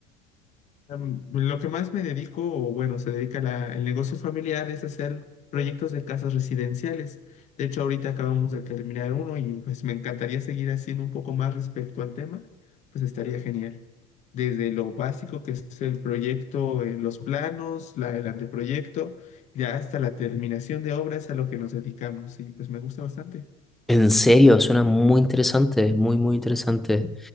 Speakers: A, on the left; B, in the centre.
A: Em, Lo que más me dedico, o bueno, se dedica la- el negocio familiar, es hacer proyectos de casas residenciales. De hecho, ahorita acabamos de terminar uno y pues me encantaría seguir haciendo un poco más respecto al tema, pues estaría genial. Desde lo básico que es el proyecto, eh, los planos, la, el anteproyecto, ya hasta la terminación de obras a lo que nos dedicamos y pues me gusta bastante.
B: En serio, suena muy interesante, muy, muy interesante.